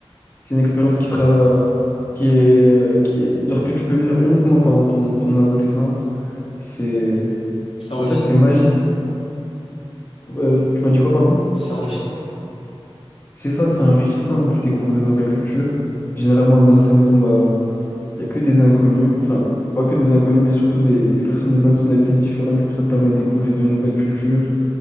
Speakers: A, on the left; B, on the left.
A: C'est une expérience qui sera, qui est, euh, qui est, genre que tu peux vivre uniquement pendant ton, ton adolescence. C'est,
B: C'est enrichissant.
A: en fait, c'est magique. Euh, tu m'as dit quoi, pardon?
B: C'est enrichissant.
A: C'est ça, c'est enrichissant. Tu découvres de nouvelles cultures. Généralement, dans ces maisons, bah, il y a que des inconnus. Enfin, pas que des inconnus, mais surtout des, des personnes de nationalités différentes. Du coup, ça te permet de découvrir de nouvelles cultures.